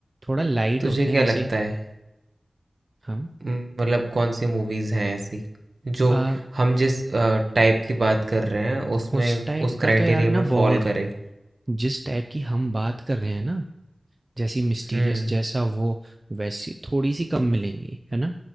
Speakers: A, on the right; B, on the right.
A: थोड़ा लाइट
B: तुझे
A: होते
B: क्या
A: हैं जैसे
B: लगता है
A: हाँ
B: म- मतलब कौन सी मूवीज़ हैं ऐसी जो
A: आ,
B: हम जिस टाइप की बात कर रहे हैं उसमें
A: उस टाइप
B: उस
A: का
B: क्राइटेरिया
A: तो यार ना
B: में
A: बहुत
B: फॉल करे
A: जिस टाइप की हम बात कर रहे हैं ना जैसी मिस्टीरियस
B: हम्म
A: जैसा वो वैसी थोड़ी सी कम मिलेंगी है ना